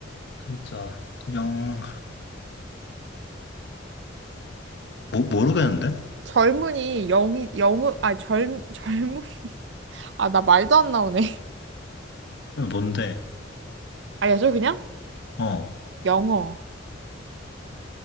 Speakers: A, on the left (about 60°); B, on the right (about 65°).
A: 한자, 영, 모, 모르겠는데?
B: 젊은이, 영이, 영어, 아, 젊, 젊은. <laughs> 아, 나 말도 안 나오네. <laughs>
A: 뭔데?
B: 알려줘, 그냥?
A: 어,
B: 영어.